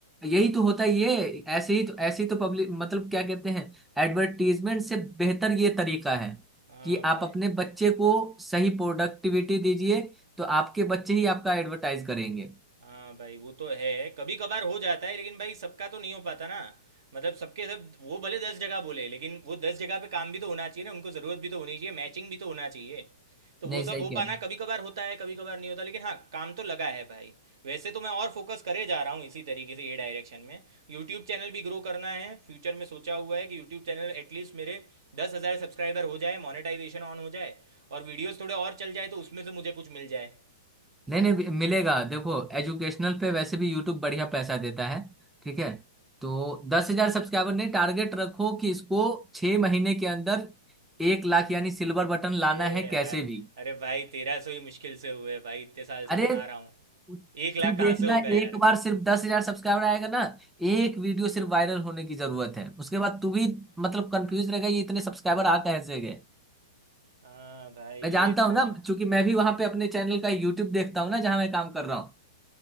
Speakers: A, in the centre; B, on the right.
A: यही तो होता है ये ऐसे ही तो ऐसे ही तो पब्लिक मतलब क्या कहते हैं एडवर्टीजमेंट से बेहतर ये तरीका है
B: हाँ
A: कि आप
B: भाई
A: अपने बच्चे को सही प्रोडक्टिविटी दीजिए तो आपके
B: हम्म।
A: बच्चे ही आपका एडवर्टाइज करेंगे
B: हाँ भाई वो तो है कभी कभार हो जाता है लेकिन भाई सबका तो नहीं हो पाता ना मतलब सबके सब वो भले दस जगह बोले लेकिन वो दस जगह पे काम भी तो होना चाहिए ना उनको ज़रूरत भी तो होनी चाहिए मैचिंग भी तो होना चाहिए तो वो
A: नहीं
B: सब
A: सही
B: हो
A: कह
B: पाना
A: रहे हैं।
B: कभी कभार होता है कभी कभार नहीं होता लेकिन हाँ काम तो लगा है भाई वैसे तो मैं और फोकस करे जा रहा हूँ इसी तरीके से ये डायरेक्शन में यूट्यूब चैनल भी ग्रो करना है फ्यूचर में सोचा हुआ है कि यूट्यूब चैनल एटलीस्ट मेरे दस हज़ार सब्सक्राइबर हो जाए मोनेटाइजेशन ऑन हो जाए और वीडियोस थोड़े और चल जाए तो उसमें से मुझे कुछ मिल जाए
A: नहीं नहीं मिलेगा देखो एजुकेशनल पे वैसे भी यूट्यूब बढ़िया पैसा देता है ठीक है तो दस हजार सब्सक्राइबर नहीं टारगेट रखो कि इसको छह महीने के अंदर एक लाख यानी सिल्वर बटन
B: अरे
A: लाना है
B: यार
A: कैसे भी
B: अरे भाई तेरह सौ ही मुश्किल से हुए भाई इतने साल से
A: अरे
B: बना रहा हूँ
A: तू
B: एक
A: तू
B: लाख कहाँ
A: देखना
B: से होगा यार
A: एक बार सिर्फ दस हजार सब्सक्राइबर आएगा ना एक वीडियो सिर्फ वायरल होने की जरूरत है उसके बाद तू भी मतलब कंफ्यूज रहेगा ये इतने सब्सक्राइबर आ कैसे गए
B: हाँ भाई
A: मैं
B: ये
A: जानता
B: इतना
A: हूँ ना क्योंकि मैं भी वहां पे अपने चैनल का यूट्यूब देखता हूँ ना जहाँ मैं काम कर रहा हूँ